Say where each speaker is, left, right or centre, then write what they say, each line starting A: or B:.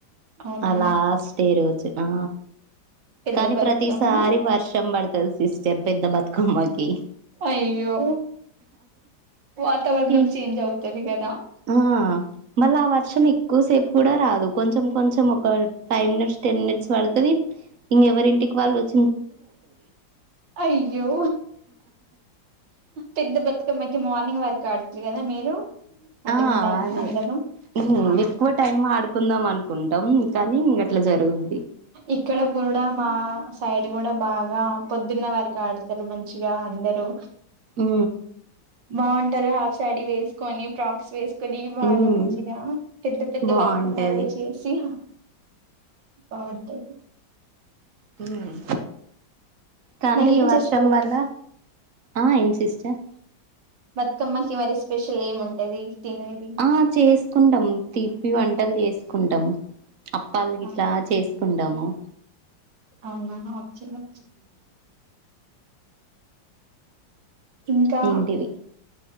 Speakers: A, on the right (about 70°); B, on the right (about 55°).
A: అవునా
B: అలాస్ట్ రోజు ఆ
A: పెద్ద
B: కానీ
A: బతుకమ్మ
B: ప్రతిసారి వర్షం పడుతుం సిస్టర్ పెద్ద బతుకమ్మకి
A: అయ్యో వాతావరణం
B: అ
A: చేంజ్ అవుతది కదా
B: ఆ మళ్ళా వర్షం ఎక్కువసేపు కూడా రాదు కొంచెం కొంచెం ఫైవ్ మినిట్స్ టెన్ మినిట్ పడుతది ఇంకెవరి ఇంటికి వాళ్ళు వచ్చ
A: అయ్యో పెద్ద బతుకమ్మకి మా వరకు ఆడుతు కదా మీరు అంటే
B: ఆ
A: మీ దాంట్లో
B: అదే
A: అందరూ
B: ఉమ్
A: ఆ
B: ఎక్కువ టైమ్ ఆడుకు కుందాం అనుకుంటాం కానీ అట్లా జరుగదు
A: ఇక్కడ కూడా మా సైడ్ కూడా బాగా పొద్దున్న వారికి ఆడతారు మంచిగా అందరు
B: ఊ
A: బాంటరు హాఫ్ శాడీ వేసుకొని ఫ్రాక్స్ వేసు కొని బాగా
B: ఉమ్
A: మంచిగా పెద్ద పెద్ద
B: బాగుంటది
A: బతుకమ్మలు చేసి బావుంటది
B: ఉ కానీ
A: మరి ఏం
B: ఈ వర్షం
A: చేస్తారు
B: వల్ల ఆ ఏం సిస్టర్
A: బతుకమ్మకి మరి స్పెషల్ ఏమి ఉంటది తినేది
B: ఆ చేసుకుంటాం తీపి వంటలు చేసు కుంటాం అప్పాలు గిట్లా
A: ఆ
B: చేస్ కుండాము
A: అవునా అవు చిన్నం ఇంకా
B: ఏంటివి